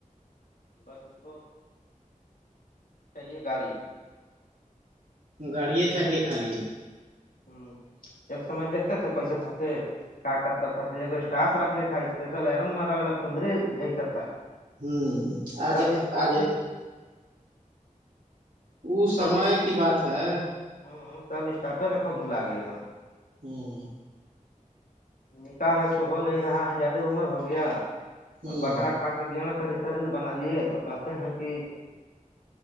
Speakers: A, on the left; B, on the right.
A: بس اس کو چاہیے گاڑی
B: گاڑیے چاہیے خالی
A: ہوں ایک سمے دھتے تھے پیسہ تھتے کیا کرتا تھا اگو اسٹاف رکھ لی تھا اسپیشل ارن مارا وا کندری بھیجتا تھا
B: ہوں آج
A: سب اسٹاف
B: آج ا
A: سب
B: سمے کی بات ہے
A: ہوں سب اسٹافے رکھب بلاگے
B: ہوں
A: نکاح اسکو ہو نہیں رہا ہے زیادہ عمر ہو گیا
B: ہوں
A: اب بکرا کھ کے گناا تری شریر بنا لیے تو کہتے ہیں کہ